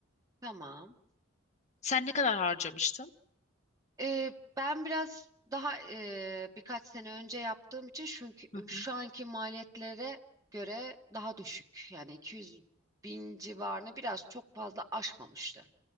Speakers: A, on the right; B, on the left.
A: tamam.
B: Sen ne kadar harcamıştın?
A: E, ben biraz daha e, birkaç sene önce yaptığım için çünkü
B: <laughs>
A: şu anki maliyetlere göre daha düşük. Yani 200 bin civarını biraz çok fazla aşmamıştı.